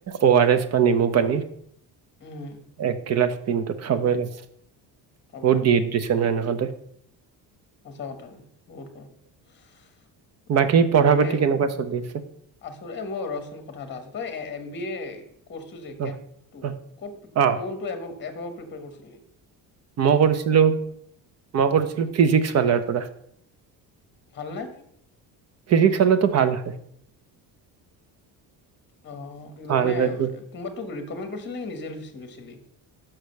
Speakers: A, on the right (about 40°); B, on the left (about 25°).
A: অ আৰ এছ বা নেমু পানী
B: উম
A: এক গিলাচ দিনটোত খাবই লাগে
B: ক'ব
A: বহুত
B: লাগে
A: ডিহাইড্ৰেচন তহতে
B: সঁচা কথাবোৰ বহুত কৰ
A: বাকী পঢ়া
B: তোৰ
A: পাতি
B: হেই
A: কেনেকুৱা চলি আছে
B: আছ এ মই ৰচোন কথা এটা আছো তই এ বি য়ে কৰছো যে
A: অ
B: কেটো
A: অ
B: ক'ত
A: অ
B: কোনটো এবাৰ এপ প্ৰিপেয়াৰ কৰিছিলে
A: মই কৰিছিলোঁ মই কৰিছিলোঁ ফিজিক্স ফালৰ পৰা
B: ভালনে
A: ফিজিক্স ফালৰটো ভাল হয়
B: আহ
A: ভাল
B: মানে
A: হয়টো
B: কোনোবাত তোক ৰিকমেণ্ড কৰিছিল নেকি নিজে লৈছিল লৈছিলি